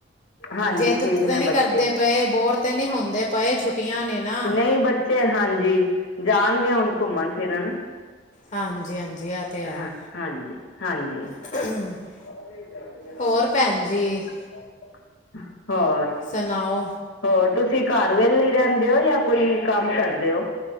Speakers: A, on the left; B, on the left.
A: ਹਾਂਜੀ
B: ਜੇੱਦ
A: ਠੀਕ
B: ਤੇ
A: ਨੇ
B: ਨੀ ਕਰਦੇ
A: ਬੱਚੇ
B: ਪਏ, ਬੋਰ ਤੇ ਨੀ ਹੋਂਦੇ ਪਏ ਛੁੱਟੀਆਂ ਨੇ ਨਾ
A: ਨਈ ਬੱਚੇ ਹਾਂਜੀ, ਜਾਨਗੇ ਹੁਨ ਘੁੰਮਨ ਫਿਰਨ
B: ਹਾਂਜੀ, ਹਾਂਜੀ ਐ ਤੇ ਹੈ।
A: ਹਾਂ ਹਾਂਜੀ, ਹਾਂਜੀ।
B: <inaudible>
A: <unintelligible>
B: ਹੋਰ ਭੈਣ ਜੀ
A: ਹੋਰ
B: ਸਨਾਓ
A: ਹੋਰ ਤੁਸੀ ਘਾੱਰ ਵੇਲੇ ਈ ਰੈਂਦੇ ਓ, ਯਾ ਕੋਈ ਕਾੰਮ ਕਰਦੇ ਓ।